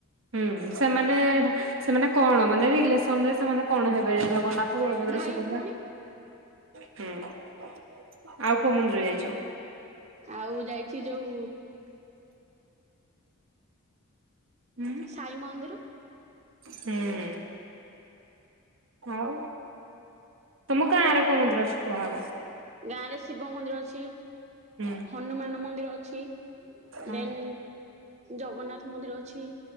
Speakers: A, on the right; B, on the right.
A: ହୁଁ ସେମାନେ ସେମାନେ କଣ ମାନେ ରିଲେସନରେ ସେମାନେ କଣ ହେବେ ଜଗନ୍ନାଥ ଜଗନ୍ନାଥ, ବଳଭଦ୍ର,
B: ଭାଇ
A: ସୁଭଦ୍ରା
B: ଭଉଣୀ
A: ହୁଁ ଆଉ କଉ ମନ୍ଦିର ଯାଇଚ?
B: ଆଉ ଯାଇଚି ଯଉ
A: ଉଁ।
B: ସାଇ ମନ୍ଦିର।
A: ହୁଁ ଉଁ। ଆଉ ତମ ଗାଁରେ କଉ ମନ୍ଦିର ଅଛି କୁହ ଆଗ?
B: ଗାଁ ରେ ଶିବ ମନ୍ଦିର ଅଛି,
A: ହୁଁ।
B: ହନୁମାନ ମନ୍ଦିର ଅଛି,
A: ହଁ।
B: ଦେନ୍ ଜଗନ୍ନାଥ ମନ୍ଦିର ଅଛି।